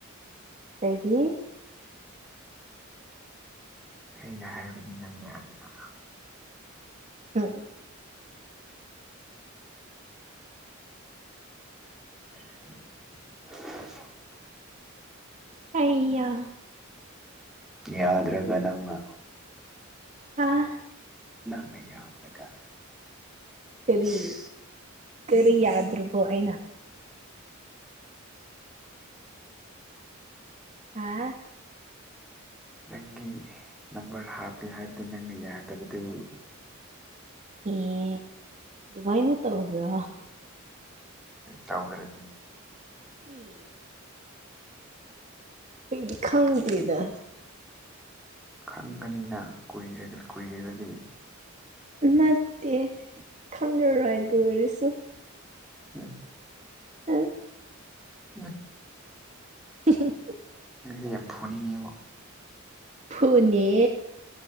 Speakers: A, on the right; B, in the centre.
A: ꯀꯩꯒꯤ
B: ꯑꯩꯅ ꯍꯥꯏꯕꯗꯤ ꯅꯪ ꯌꯥꯗꯅ
A: ꯑꯝ
B: <unintelligible>
A: ꯑꯌꯥ
B: ꯌꯥꯗ꯭ꯔꯒ ꯅꯪꯅ
A: ꯍꯥꯥ
B: ꯅꯪꯅ ꯌꯥꯗ꯭ꯔꯒ
A: ꯀꯔꯤ
B: ꯏꯁ
A: ꯀꯔꯤ ꯌꯥꯗ꯭꯭ꯔꯕꯣ ꯑꯩꯅ ꯍꯥ
B: ꯅꯪꯒꯤ ꯅꯝꯕꯔ ꯍꯥꯞꯀꯦ ꯍꯥꯏꯕꯗꯨ ꯅꯪꯅ ꯌꯥꯗꯕꯗꯨ
A: ꯑꯦ ꯑꯗꯨꯃꯥꯏꯅ ꯇꯧꯕ꯭ꯔꯣ
B: ꯇꯧꯗ꯭ꯔꯗꯤ
A: ꯏ ꯑꯩꯗꯤ ꯈꯪꯗꯦꯗ
B: ꯈꯪꯒꯅꯤꯅ ꯀꯨꯏꯔꯛ ꯀꯨꯏꯔꯒꯗꯤ
A: ꯅꯠꯇꯦ ꯈꯪꯉꯔꯣꯏ ꯗꯨꯑꯣꯏꯔꯁꯨ
B: ꯌꯦꯁ <unintelligible>
A: ꯑ
B: ꯑꯝ
A: ꯍꯝ
B: ꯅꯪꯖ‌ꯦ ꯌꯥꯝ ꯐꯨꯅꯤꯡꯉꯦꯕꯣ
A: ꯐꯨꯅꯦ